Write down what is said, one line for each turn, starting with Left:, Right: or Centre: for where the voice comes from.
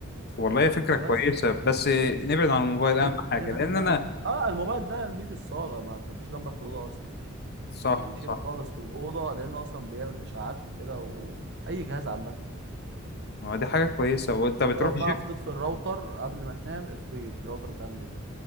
Left: والله هي فكرة كويسة
Right: بس
Left: بس نبعد عن الموبايل
Right: من
Left: اهم حاجة
Right: من
Left: لان
Right: من
Left: انا
Right: أست... اه الموبايل ده ارميه في الصاله ما تحطوش جنبك في الاوضه اصلا
Left: صح
Right: يعني شيله
Left: صح
Right: خالص من الاوضه لانه اصلا بيعمل اشاعات وكده واي جهاز عامه
Left: ما دي حاجة كويسة وانت بتروح
Right: ولو تعرف
Left: الجيم
Right: تطفي الراوتر قبل ما تنام اطفيه الراوتر بتاع النت